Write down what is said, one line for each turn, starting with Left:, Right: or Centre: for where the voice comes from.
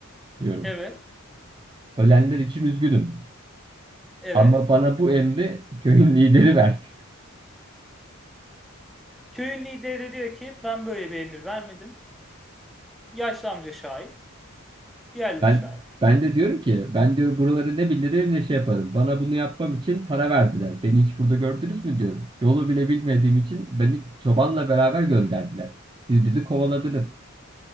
Right: diyorum.
Centre: Evet.
Right: Ölenler için üzgünüm.
Centre: Evet.
Right: Ama bana bu emri köyün <laughs> lideri verdi.
Centre: Köyün lideri de diyor ki ben böyle bir emir vermedim. Yaşlı amca şahit. Diğerleri
Right: Ben
Centre: şahit.
Right: ben de diyorum ki ben diyor buraları ne bilirim ne şey yaparım. Bana bunu yapmam için para verdiler. Beni hiç burada gördünüz mü diyorum. Yolu bile bilmediğim için beni çobanla beraber gönderdiler. Siz bizi kovaladınız